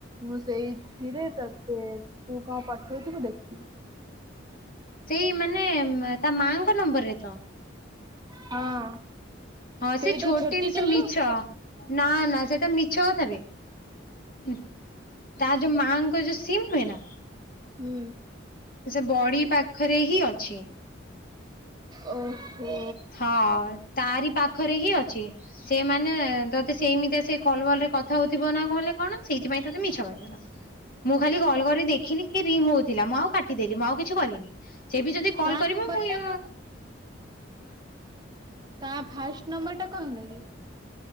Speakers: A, on the right; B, on the left.
A: ମୁଁ ସେଇଥିରେ ତତେ ତୁ କଣ ପ ଠୋଉଚି ମୁଁ ଦେଖିବି।
B: ସେଇ ମାନେ ତା ମାଙ୍କ ନମ୍ବରରେ ତ?
A: ହଁ।
B: ହଁ
A: ସେଇଟା
B: ସେ ଛୋଟନ୍
A: ଛୋଟି
B: ସେ
A: ଚଲୁ
B: ମିଛ ନା ନା ସେଟା ମିଛ କଥା ବି। <unintelligible> ତା ଯୋଉ ମାଆଙ୍କର ଯୋଉ ସିମ୍ ନୁହେଁ ନା
A: ହୁଁ।
B: ସେ ବଡି ପାଖରେ ହିଁ ଅଛି।
A: ଓହୋ
B: ହଁ ତାରି ପାଖରେ ହିଁ ଅଛି। ସେମାନେ ତତେ ସେ ମିତିଆ ସେ କଲ୍ ଫଲ୍ କଥା ହୋଉଥିବ ନାଁ କଣ <unintelligible> ସେଇଥିପାଇଁ ତତେ ମିଛ କହି ଦେଲା। ମୁଁ ଖାଲି କଲ୍ କରି ଦେଖିଲି କି ରିଙ୍ଗ ହୋଉଥିଲା। ମୁଁ ଆଉ କାଟିଦେଲି ମୁଁ ଆଉ କିଛି କଲିନି। ସେ ବି ଯଦି କଲ୍
A: ତା ନମ୍ବରଟା
B: କରିବ ମୁଁଇ
A: କଣ? ତା ଫାଷ୍ଟ ନମ୍ବରଟା କହିନ କି?